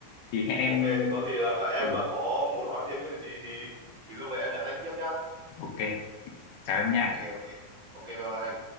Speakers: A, on the left; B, on the right.
A: thì hẹn em
B: ok thế có gì là em
A: ừ
B: mà có muốn hỏi thêm cái gì thì thì lúc đấy em nhắn anh tiếp nhá
A: Ok, chào em nha.
B: ok ok ok bye bye anh